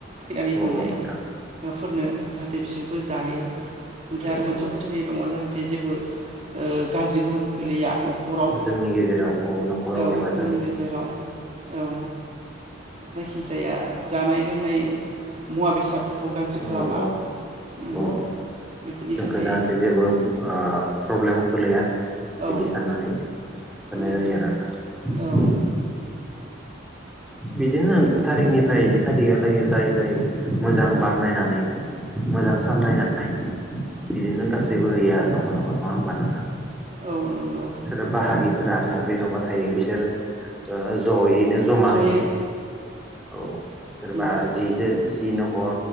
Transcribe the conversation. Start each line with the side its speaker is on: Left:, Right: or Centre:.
Right: थैनानै
Centre: औ
Right: थांनायफोरनो
Centre: औ नोंथां
Right: जाहाथे बिसोरबो जायो। ओमफ्राय
Centre: औ
Right: आरो मोनसे
Centre: औ
Right: फोथायनाय दङ जाहाथे जेबो ओं गाज्रि गोहोम ख्लैया न'खराव
Centre: जोंनि गेजेराव औ न'खराव
Right: औ
Centre: एबा
Right: जोंनि गेजेराव औ। जायखिजाया जानाय लोंनाय मुवा बेसाद। फोरखौ गाज्रि खालामा
Centre: औ औ
Right: ओम।
Centre: औ औ
Right: बेफोरनि
Centre: जोंखौ
Right: थाखाय।
Centre: जाहाथे जेबो ओ -प्रब्लेमाव खोलैया।
Right: औ
Centre: बिदि साननानै होनाय
Right: बे
Centre: जायो आरो नोंथां।
Right: औ
Centre: बिदिनो ओं थारिखनिफ्राय थारिखालागै जाय जाय मोजां बार नायनानै मोजां सान नायनानै। बिदिनो गासैबो होयो आरो न'खर न'खर नङा होमबा नों।
Right: औ नंगौ
Centre: सोर बाहागिफोरा न' जेनबा थायो बिसोरो ओ-ज'यै। ज'मा
Right: जयै
Centre: होयो औ सोरबा
Right: नंगौ
Centre: जि जो जि न'खर